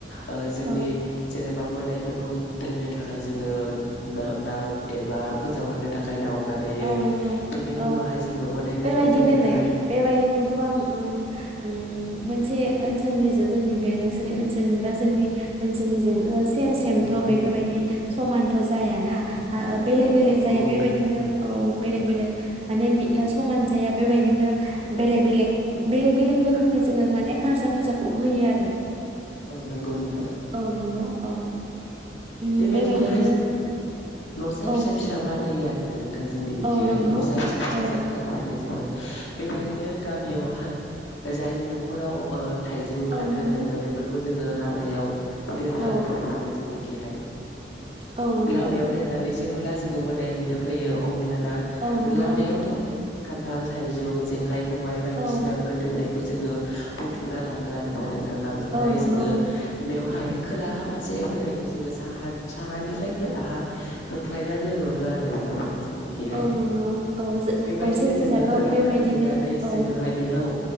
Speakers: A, on the left; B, on the right.
A: ओ जोंनि
B: औ
A: जेनेब बा मोदाइफोरखौ दोननो थाखाय जोङो ना नाव एबा फोजावहरनो थाखाय नाव बानायो
B: औ नंगौ
A: बेनि
B: औ
A: उनावहाय जोङो मोदायफोरखौ
B: बेबायदिनो
A: दोननो थाखाय
B: नै बेबायदिनो गोबां उम उम मोनसे ओनसोलनिजों जोंनि बे नोंसोरनि ओनसोलनि बा जोंनि ओनसोलनिजों सेम
A: औ औ
B: सेमथ'
A: नंगौ
B: बेफोरबायदि
A: नोंथां
B: समानथ' जायाना बेलेग बेलेग
A: औ
B: जायो
A: औ औ
B: बेबायदिनो
A: नंगौ
B: बेलेग बेलेग माने समान जाया बेबायदिनो बेलेग बेलेग बेलेग बेलेग रोखोमै जोङो माने गारजा फुजाखौ होयो आरो।
A: औ नोंगौ नोंथां।
B: औ नंगौ औ। उम
A: बेबायदिनोहाय
B: बेबायदिनो
A: जोङो नसा
B: औ
A: फिसा फिसा बानायो आर नोंनानों थां जोंनि बिखिहाय
B: औ नंगौ
A: नसा फिसा फिसा
B: औ
A: खालामनानै जोङो बेबायदिनो गामियावहाय जायनि नख'राव ओ थाइजौ
B: औ
A: खान्थाल
B: नंगौ
A: दोङो बेफोरखौ जोङो लामायाव दोनो
B: औ
A: आरोना नोंथां जोंनि खिहाय
B: औ नंगौ
A: लामायाव दोननानै जेबोला जोङो मोदाय होनो फैयो अब लाना
B: औ नंगौ
A: लामायाव
B: नोंथां
A: दोननाय खान्थाल थाइजौ जे खाय खबाय बायदिसिनाफोर
B: औ
A: दोननाय खौ जोङो बुथुमना लाङो आरोना नों थां लांखांनानै
B: औ नंगौ
A: जोङो
B: नोंथां
A: बेवहाय खोलाहा फारसे मोदायखौ जोङो साहा साहानिफ्राय खोलाहा होख्लायना दोनहरो आरोना। थां जोंनिखिहाय
B: औ नंगौ औ जो
A: बेबायदिनो
B: औ जोंनि
A: जोङो
B: जाबो
A: खोलाहा
B: बेबायदिनो
A: दोनहैनानै
B: औ
A: जोङोहाय बेहाव